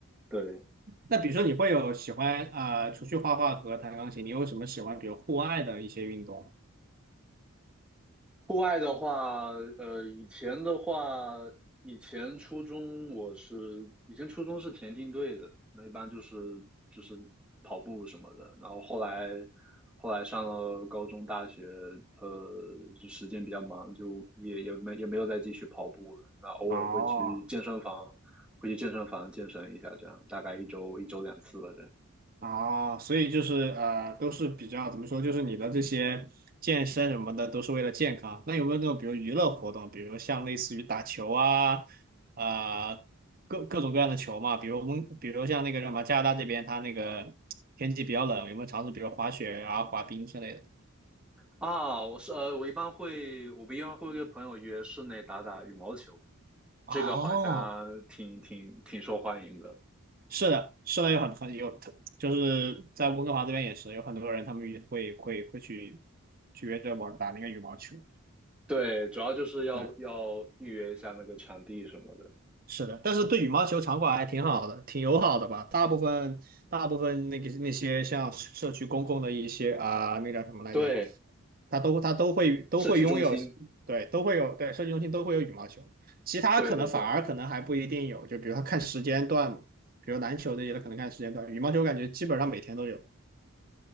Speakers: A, in the centre; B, on the right.
A: 对，
B: 那比如说你会有喜欢啊、呃除去画画和弹钢琴，你有什么喜欢比如户外的一些运动？
A: 户外的话，呃，以前的话，以前初中我是，以前初中是田径队的，那一般就是就是跑步什么的。然后后来后来上了高中、大学，呃，就时间比较忙，就也也没也没有再继续跑步了。那偶尔会去健身房，
B: 哦，
A: 会去健身房健身一下，这样大概一周一周两次吧，这样。
B: 啊，所以就是呃，都是比较怎么说，就是你的这些健身什么的，都是为了健康。那有没有那种比如娱乐活动，比如像类似于打球啊，啊、各各种各样的球嘛，比如温，比如像那个什么加拿大这边，它那个天气比较冷，有没有尝试比如滑雪啊、滑冰之类的？
A: 啊，我是呃，我一般会，我不一般会跟朋友约室内打打羽毛球，
B: 哦，
A: 这个好像挺挺挺受欢迎的。
B: 是的，是的，有很很有，就是在温哥华这边也是有很多人，他们会会会去去约着玩打那个羽毛球。
A: 对，主要就是要要预约一下那个场地什么的。
B: 对。是的，但是对羽毛球场馆还挺好的，挺友好的吧？大部分大部分那个那些像社区公共的一些啊、那叫什么来着？
A: 对，
B: 它都它都会都会拥有，
A: 社区中心。
B: 对，都会有，对，社区中心都会有羽毛球，其他可能反而可能还不一定有，
A: 对对对
B: 就比如它看时间段嘛，比如篮球这些它可能看时间段，羽毛球感觉基本上每天都有，